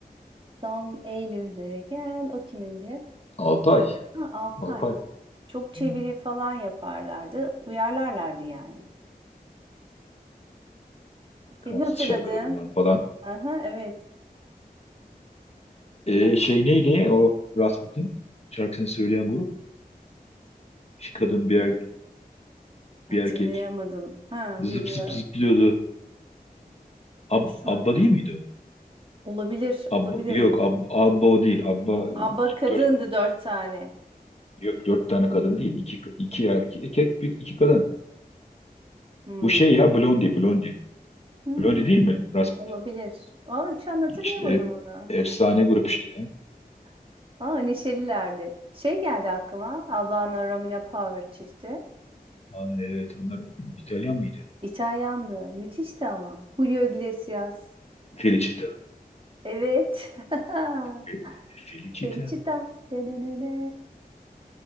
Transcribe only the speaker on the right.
Son Eylül'de gel o kimindi?
Ha, Alpay.
Çok
çeviri falan yaparlardı. Uyarlarlardı yani.
Senin hatırladığın.
Aha, evet.
At.
Hmm.
Hatırlayamadım.
Ha,
bilmiyorum.
Şu
an hatır-
Olabilir, olabilir.
Aba kadındı
dört tane.
Hmm.
Hmm.
Olabilir. Ama şu an hatırlayamadım
onu.
<laughs> Ama neşelilerdi. Şey geldi aklıma. Albano Romina Power çifti.
İtalyandı. Müthişti ama. Julio Iglesias.
Evet. <laughs>
Felicita. <laughs>